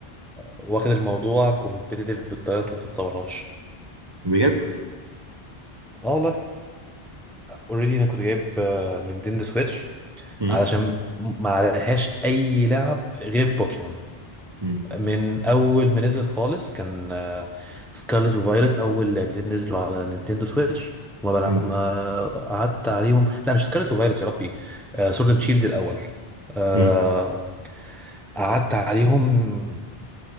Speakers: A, in the centre; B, on the right.
A: واخد الموضوع كومبيتيتيف بطريقة انت ما تتصورهاش
B: بجد
A: اه والله اوريدي انا كنت جايب آه، نينتندو سويتش
B: امم
A: علشان ما عليهاش اي لعب غير بوكيمون
B: امم
A: من اول ما نزل خالص كان سكارلت وفايلت اول لعبتين نزلوا على نينتندو سويتش ما بلع...
B: امم
A: ما قعدت عليهم لا مش سكارلت وفايلت يا ربي سورد اند شيلد الاول آه،
B: امم
A: قعدت عليهم